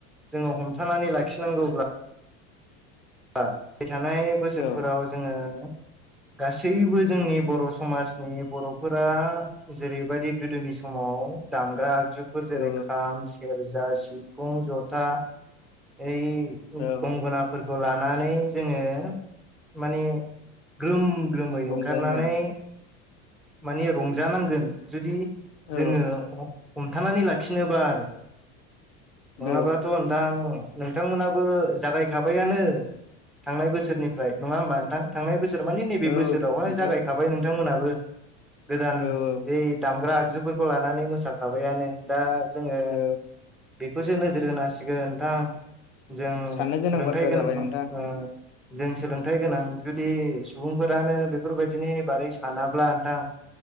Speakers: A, in the centre; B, on the left.
A: जोङो हमथानानै लाखिनांगौब्ला फैबाय थानाय बोसोरफोराव
B: औ
A: जोङो गासैबो जोंनि बर' समाजनि बर'फोरा जेरैबायदि गोदोनि समाव दामग्रा आगजुफोर जेरै
B: औ
A: खाम सेरजा सिफुं जथा ओइ
B: औ
A: गंगोनाफोरखौ लानानै जोङो माने ग्रोम ग्रोमै
B: रंजायोमोन
A: ओंखारनानै माने रंजानांगोन जुदि
B: औ
A: जोङो। हमथानानै लाखिनोबा आरो नङाबाथ'
B: औ
A: नोंथां नोंथांमोनाबो जागायखाबायानो थांनाय बोसोरनिफ्राय नङा होमबा नोंथां थांनाय। बोसोर माने नैबे
B: औ
A: बोसोरावहाय
B: नोंथां
A: जागायखाबाय नोंथांमोनाबो गोदान
B: औ औ
A: यै दामग्रा आगजुफोरखौ लानानै मोसाखाबायानो दा जोङो।
B: औ
A: बेखौसो नोजोर होनांसिगोन नोंथां जों
B: साननो
A: सोलोंथाइ
B: बाथ्रा
A: गोनां
B: जाबाय नोंथां
A: ओ। जों सोलोंथाइ गोनां जुदि सुबुंफोरानो बेफोरबायदिनि बारै सानाब्ला। नोंथां